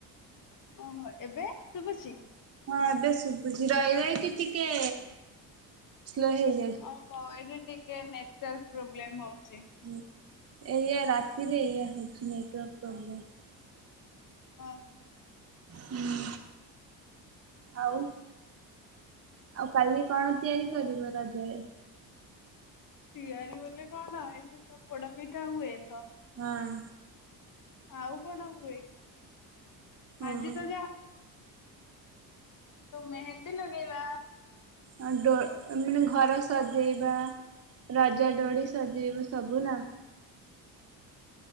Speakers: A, on the left; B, on the right.
A: ଓହୋ ଏବେ ଶୁଭୁଚି?
B: ହଁ ଏବେ ଶୁଭୁଛି ରଇ ରହିଁ କି ଟିକେ ସ୍ଲୋ ହେଇ
A: ଓହୋ ଏଇଠି ଟିକେ ନେଟୱାର୍କ ପ୍ରୋବ୍ଲେମ ହଉଛି।
B: ହଁ ଏଇଆ ରାତିରେ ଏଇଆ ହଉଛି ନେଟୱାର୍କ ପ୍ରୋବ୍ଲେମ।
A: ଓହୋ।
B: ହୁଁ। ଆଉ ଆଉ କାଲି କଣ ତିଆରି କରିବ ରଜରେ?
A: ତିଆରି ବୋଲି କଣ ଏଇ ଯୋ ତ ପୋଡ ପିଠା ହୁଏ ତ।
B: ହଁ।
A: ଆଉ କଣ ହୁଏ କି? ହେଁ
B: ଓହୋ
A: ଯୋଉ ମେହେନ୍ଦି ଲଗେଇବା
B: ଆ ଡୋ ମାନେ ଘର ସଜେଇବା ରଜଡୋଡି ସଜେଇବୁ ସବୁ ନା?